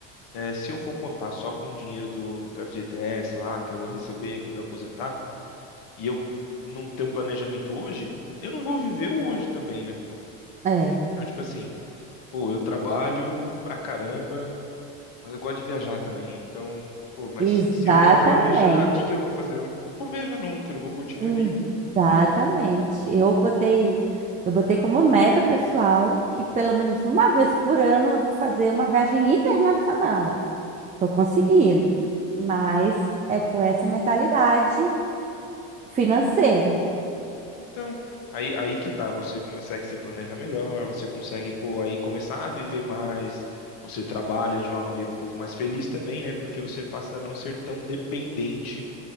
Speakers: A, on the left; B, on the right.
A: eh, se eu for contar só com o dinheiro do, do FGTS lá, que eu vou receber quando eu aposentar, e eu não tenho um planejamento hoje, eu não vou viver o hoje também, né?
B: É,
A: Então, tipo assim, pô, eu trabalho pra caramba, mas eu gosto de viajar também. Então, pô, mas
B: exatamente.
A: se eu não me planejar, o que que eu vou fazer? Eu não vou viajar nunca, eu não vou curtir
B: Hum,
A: minha vida.
B: Exatamente. Eu botei, eu botei como meta pessoal que pelo menos uma vez por ano eu vou fazer uma viagem internacional. Estou conseguindo, mas é com essa mentalidade financeira.
A: Então, aí, aí que tá, você consegue se planejar melhor, você consegue, pô, aí começar a viver mais, você trabalha de uma maneira um pouco mais feliz também, né? Porque você passa a não ser tão dependente